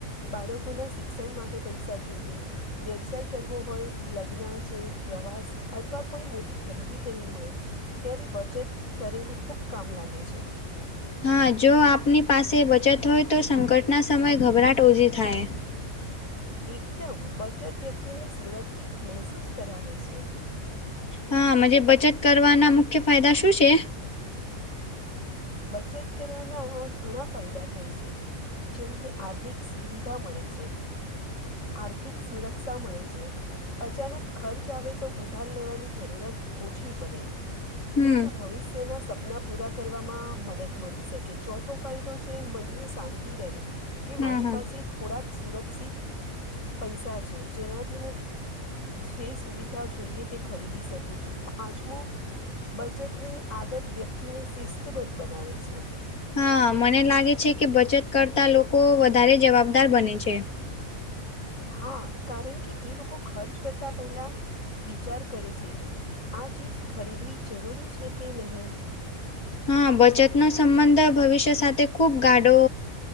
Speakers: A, on the left (about 55°); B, on the left (about 85°).
A: બાળકોના શિક્ષણ માટે પૈસા જોઈએ. વ્યવસાય કરવો હોય લગ્ન છે પ્રવાસ અથવા કોઈ મોટી ખરીદી કરવી હોય. ત્યારે બચત કરેલી ખૂબ કામ લાગે છે.
B: હા જો આપની પાસે બચત હોય તો સંકટના સમયે ગભરાટ ઓછી થાય.
A: એકદમ બચત વ્યક્તિ ને સુરક્ષિત મહેસૂસ કરાવે છે.
B: હા મંજે બચત કરવાના મુખ્ય ફાયદા શું છે.
A: બચત કરવાનામાં ઘણા ફાયદા થાય છે. જેવીતે આર્થિક સુવિધા મળે છે. આર્થિક સુરક્ષા મળે છે. અચાનક ખર્ચ આવે તો ઉધાર લેવાની જરૂરત ઓછી પડે
B: હમ
A: ત્રીજું ભવિષ્યના સપના પૂરા કરવા. મદદ મળી શકે ચોથો ફાયદો છે મનની શાંતિ રહે કે
B: હા
A: મારી
B: હા
A: પાસે થોડાક સુરક્ષિત પૈસા છે જેનાથી હું. જે સુવિધા જોઈએ તે ખરીદી શકું છું પાંચમો બચતની આદત વ્યક્તિને શિસ્તબદ્ધ બનાવે છે.
B: હા મને લાગે છે કે બચત કરતા લોકો વધારે જવાબદાર બને છે.
A: હા કારણ કે એ લોકો ખર્ચ કરતા પહેલા, વિચાર કરે છે. આ ચીજ ખરીદવી જરૂરી છે કે નહી.
B: હા બચતનો સંબંધ ભવિષ્ય સાથે ખૂબ ગાડો